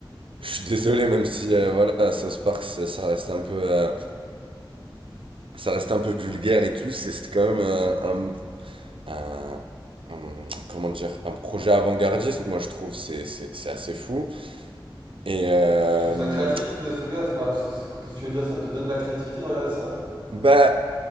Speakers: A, on the right; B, on the right.
A: Je suis désolé, même si, euh, voilà, South Park, ça, ça reste un peu... euh, ça reste un peu vulgaire et tout, c'est c'est quand même euh, un, un, un- comment dire, un projet avant-gardiste, moi je trouve, c'est c'est- c'est assez fou. Et euh,
B: Tu trouves ça créatif, euh, ce gars? Enfin, tu sais- c'est quoi- qu'est-ce que tu veux dire? Ça te donne de la créativité de regarder ça?
A: bah